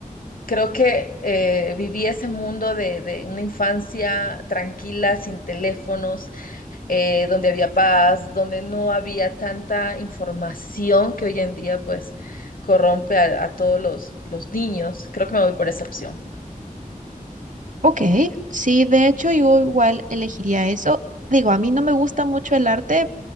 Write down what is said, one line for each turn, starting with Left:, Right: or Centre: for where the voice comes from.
Left: Creo que eh, viví ese mundo de, de una infancia tranquila, sin teléfonos, eh, donde había paz, donde no había tanta información que hoy en día pues corrompe a, a todos los, los niños. Creo que me voy por esa opción.
Right: Ok, sí, de hecho yo igual elegiría eso. Digo, a mí no me gusta mucho el arte,